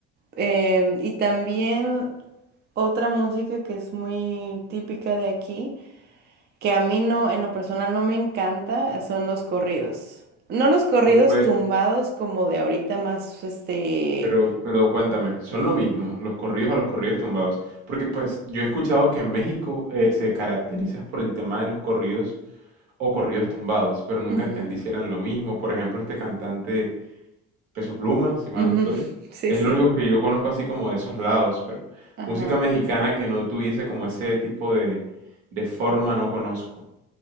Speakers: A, on the right; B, on the right.
A: Em, y también otra música que es muy típica de aquí que a mí no, en lo personal no me encanta, son los corridos. No los corridos
B: Pues, pues,
A: tumbados como de ahorita más, este...
B: Pero, pero cuéntame, ¿son
A: Ujú,
B: lo mismo los corridos a los corridos tumbados? Porque pues yo he escuchado que en México eh, se caracteriza por el tema de los corridos o corridos tumbados, pero nunca
A: ujú,
B: entendí si eran lo mismo. Por ejemplo, este cantante Peso Pluma, si mal
A: ujú,
B: no estoy,
A: <laughs> Sí,
B: es
A: sí.
B: lo único que yo conozco así como de esos lados, pero
A: Ajá.
B: música mexicana que no tuviese como ese tipo de, de forma no conozco.